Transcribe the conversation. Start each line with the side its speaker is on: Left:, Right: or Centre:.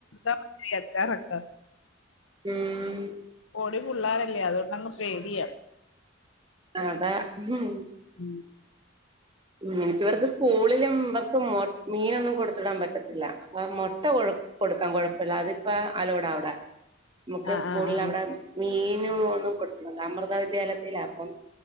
Left: നമ്മുക്കീ അച്ചാറൊക്ക
Right: ഉം
Left: പൊടി പുള്ളാരല്ലേ അതോണ്ടങ്ങ് പേടിയ
Right: അതാ ഹും
Left: ഉം
Right: ഉം നിനക്കിവർക്ക് സ്കൂളിലും അവർക്ക് മൊ മീനൊന്നും കൊടുത്ത് വിടാൻ പറ്റത്തില്ല മൊട്ട കൊ കൊടുക്കാൻ കൊഴപ്പില്ല അതിപ്പ അലോട അവിട നമുക്ക്
Left: ആഹ്
Right: സ്കൂൾല്
Left: ആഹ് ആഹ്
Right: അവിടെ മീനും ഒന്നും കൊടുത്ത് വിടില്ല അമൃത വിദ്യാലയത്തില അപ്പം